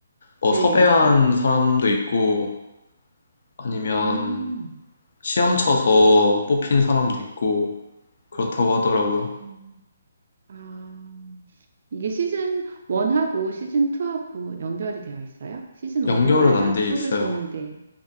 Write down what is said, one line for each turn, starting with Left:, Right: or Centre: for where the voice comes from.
Left: 뭐
Right: 네.
Left: 섭외한 사람도 있고 아니면
Right: 음,
Left: 시험 쳐서 뽑힌 사람도 있고 그렇다고 하더라고요.
Right: 음. 아. 이게 시즌 1하고 시즌 2하고 연결이 되어 있어요? 시즌
Left: 연결은
Right: 1을 봐야
Left: 안 돼 있어요.
Right: 2를 보는데.